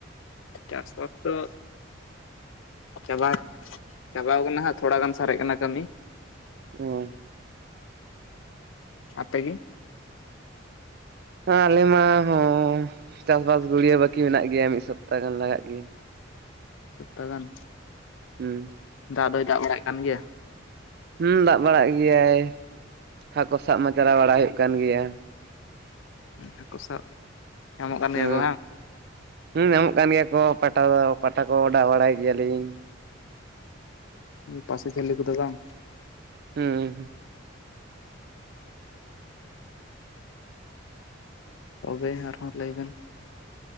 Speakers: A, on the left; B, on the right.
A: ᱪᱟᱥᱵᱟᱥ ᱫᱚ ᱪᱟᱵᱟ ᱜᱚᱜ ᱪᱟᱵᱟᱣ ᱠᱟᱱᱟ ᱦᱟᱸᱜ ᱛᱷᱚᱲᱟ ᱜᱟᱱ ᱥᱟᱨᱮᱡ ᱠᱟᱱᱟ ᱠᱟᱹᱢᱤ
B: ᱦᱚᱭ
A: ᱟᱯᱮ ᱜᱮ
B: ᱦᱟᱸ ᱟᱞᱮ ᱢᱟ ᱦᱚᱸ ᱪᱟᱥᱵᱟᱥ ᱜᱩᱲᱭᱟᱹ ᱵᱟᱹᱠᱤ ᱢᱮᱱᱟᱜ ᱜᱮᱭᱟ ᱢᱤᱫ ᱥᱚᱯᱛᱟ ᱜᱟᱱ ᱞᱟᱜᱟᱜ ᱜᱮᱭᱟ
A: ᱥᱚᱯᱛᱟ ᱜᱟᱱ
B: ᱦᱩᱸ
A: ᱫᱟᱜ ᱫᱚᱭ ᱫᱟᱜ ᱵᱟᱲᱟᱭ ᱠᱟᱱ ᱜᱮᱭᱟ᱾
B: ᱦᱩᱸ ᱫᱟᱜ ᱵᱟᱲᱟ ᱮᱜᱜᱮᱭᱟᱭ ᱦᱟᱠᱚ ᱥᱟᱵ ᱢᱟ ᱪᱟᱞᱟᱣ ᱵᱟᱲᱟ ᱦᱩᱭᱩᱜ ᱠᱟᱱ ᱜᱮᱭᱟ᱾
A: ᱦᱟᱠᱚ ᱥᱟᱵ ᱧᱟᱢᱚᱜ ᱠᱟᱱ ᱜᱮᱭᱟ
B: ᱦᱩᱸ
A: ᱠᱚ ᱦᱟᱝ
B: ᱦᱩᱸ ᱧᱟᱢᱚᱜ ᱠᱟᱱ ᱜᱮᱭᱟ ᱠᱚ ᱯᱟᱴᱟ ᱠᱚ ᱯᱟᱴᱟ ᱠᱚ ᱚᱰᱟᱣ ᱵᱟᱲᱟᱭ ᱜᱮᱭᱟ ᱞᱤᱧ᱾
A: ᱯᱟᱥᱤ ᱡᱷᱟᱹᱞᱤ ᱠᱚᱫᱚ ᱵᱟᱝ
B: ᱦᱩᱸ
A: ᱛᱚᱵᱮ ᱟᱨᱦᱚᱸ ᱞᱟᱹᱭ ᱵᱮᱱ